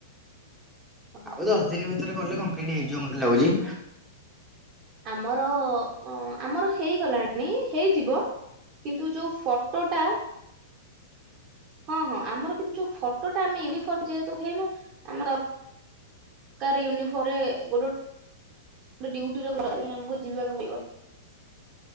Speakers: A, on the right (about 35°); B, in the centre.
A: ଓହୋ।
B: ଆଉ ଦଶ ଦିନ ଭିତରେ କଲେ କମ୍ପ୍ଲିଟ ହେଇଯିବ ମତେ ଲାଗୁଛି।
A: ଆମର ଅ ଆମର ହେଇଗଲାଣି ହେଇଯିବ। କିନ୍ତୁ ଯୋଉ ଫଟୋଟା ହଁ ହଁ ଆମର କିନ୍ତୁ ଯୋଉ ଫଟୋଟା ଆମେ ୟୁନିଫର୍ମ ଯେହେତୁ ଉଠେଇନୁ ଆମର କାର ୟୁନିଫର୍ମ ରେ ଗୋଟେଗୋଟେ ଡିଉଟି ରେ ଆମକୁ ଯିବାକୁ ପଡିବ।